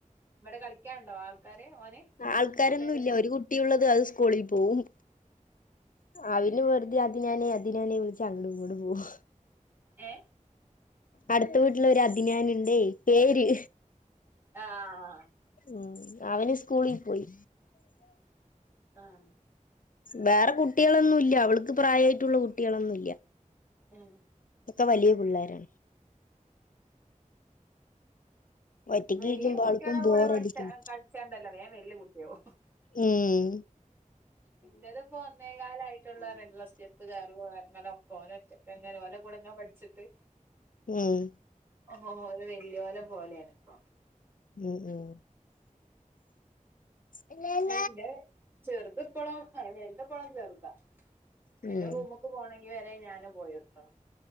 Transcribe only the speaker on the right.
ഇവടെ കളിക്ക്യാണ്ടോ ആൾക്കാര് ഓന്
കൂട്ടുകാരുണ്ടോ
ഏ
ആഹ്
ആഹ്
ഉം
വല്ല്യ
കുട്ട്യാളെ
കൂടെ
പഠിച്ച കൾച്ചാണ്ടല്ലോ വേം വല്ല്യ കുട്ട്യാവും
ഇന്റത് പ്പോ ഒന്നേ കാലായിട്ടൊള്ളുല്ല സ്റ്റെപ്പ് കേറലു എർങ്ങലൊക്കോന് ക്കെ ങ്ങനെ ഒലെ കൂടെ ഇങ്ങ പഠിച്ചിട്ട്
ഓല് വല്യോലെ പോലെയാണ് ഇപ്പൊ
രണ്ടേ ചെർത്പ്പളും അല്ല വൽത്പ്പളും ചെർതാ
അയ്നെ റൂമു ക്ക് പോണെങ്കി വരെ ഞാനും പോയൊട്ക്കണം